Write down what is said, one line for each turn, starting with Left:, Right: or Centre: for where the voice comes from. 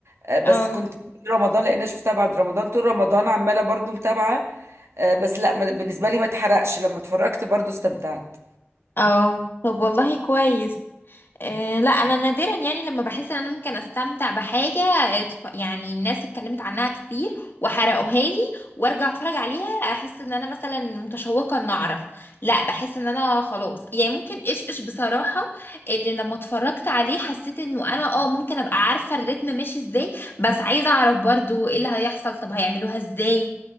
Right: آه، بس
Left: اه
Right: كنت طول رمضان لان انا شفتها بعد رمضان طول رمضان عماله برضو متابعه آه، بس لا ما- بالنسبه لي ما اتحرقش لما اتفرجت برضو استمتعت
Left: اه طب والله كويس آه، لا انا نادرا يعني لما بحس ان انا ممكن استمتع بحاجه آه، تف- يعني الناس اتكلمت عنها كتير وحرقوها لي وارجع اتفرج عليها احس ان انا مثلا متشوقه ان اعرف لا بحس ان انا خلاص يعني ممكن ايش ايش بصراحه اللي لما اتفرجت عليه حسيت انه انا اه ممكن ابقى عارفه الريتم ماشي ازاي بس عايزه اعرف برضو ايه اللي هيحصل طب هيعملوها ازاي